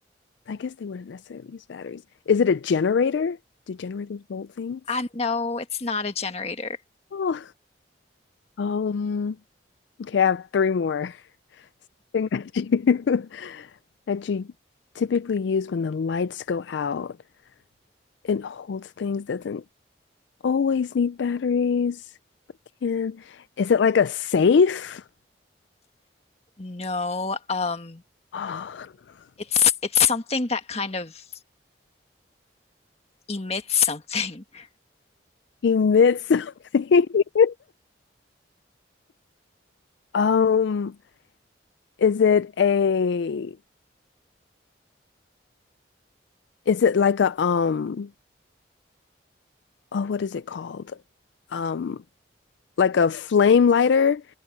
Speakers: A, on the left; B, on the left.
A: I guess they wouldn't necessarily use batteries. Is it a generator? Do generators hold things?
B: Uh, no, it's not a generator.
A: Oh, Um, okay, I have three more. <laughs> Thing that you <laughs> that you typically use when the lights go out. It holds things, doesn't always need batteries, but can. Is it like a safe?
B: No, um,
A: <sighs> Oh,
B: it's it's something that kind of emits something. <laughs>
A: he meant something. <laughs> Um, is it a is it like a um oh what is it called? Um like a flame lighter?